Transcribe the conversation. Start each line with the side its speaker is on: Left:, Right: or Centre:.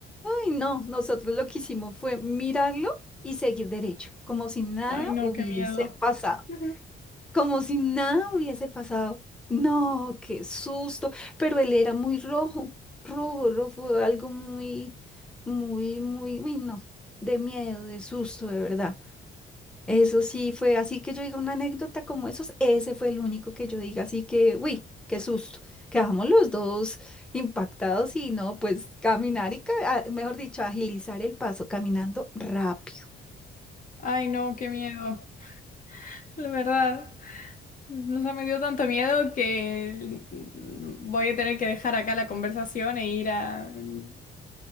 Centre: y no, nosotros lo que hicimos fue mirarlo y seguir derecho, como si nada
Left: Ay, no,
Centre: hubiese
Left: qué miedo.
Centre: pasado,
Left: Ujú.
Centre: como si nada hubiese pasado. No, qué susto, pero él era muy rojo, rojo, rojo, fue algo muy, muy, muy, uy, no, de miedo, de susto, de verdad. Eso sí fue así que yo diga una anécdota como esos, ese fue el único que yo diga, así que, uy, qué susto. Quedamos los dos impactados y no, pues caminar y, ca- ah, mejor dicho, agilizar el paso caminando rápido.
Left: Ay, no, qué miedo. La verdad, o sea, me dio tanto miedo que mm, voy a tener que dejar acá la conversación e ir a mm,